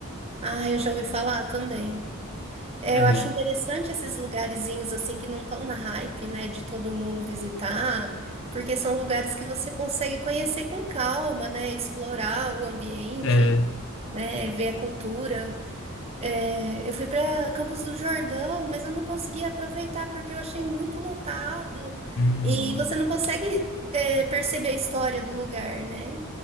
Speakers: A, on the right; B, on the left.
A: Ah, eu já ouvi falar também. É,
B: É,
A: eu acho interessante esses lugarzinhos assim que não estão na hype, né, de todo mundo visitar, porque são lugares que você consegue conhecer com calma, né, explorar o ambiente,
B: é.
A: né, ver a cultura. É, eu fui para Campos do Jordão, mas eu não consegui aproveitar porque eu achei muito lotado
B: Uhum.
A: e você não consegue, é, perceber a história do lugar, né?